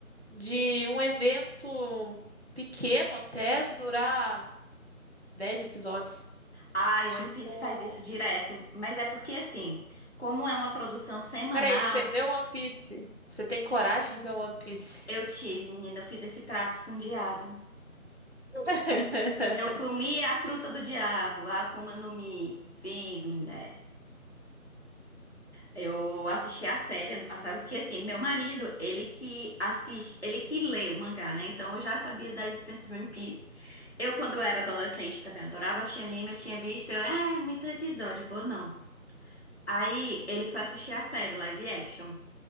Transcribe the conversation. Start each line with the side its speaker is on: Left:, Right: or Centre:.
Right: De um evento pequeno até durar 10 episódios.
Left: Ai,
Right: Tipo,
Left: One Piece faz isso direto. Mas é porque assim, como é uma produção semanal,
Right: peraí, você vê One Piece? Você tem coragem de ver One Piece?
Left: eu tive, menina, eu fiz esse trato com o diabo.
Right: <laughs>
Left: Eu comi a fruta do diabo, a Akuma no Mi. Fiz, mulher. Eu assisti a série ano passado, porque assim, meu marido, ele que assiste, ele que lê o mangá, né? Então eu já sabia da existência de One Piece. Eu, quando eu era adolescente, também adorava assistir anime, eu tinha visto, eu, é, muito episódio, vou não. Aí ele foi assistir a série live action.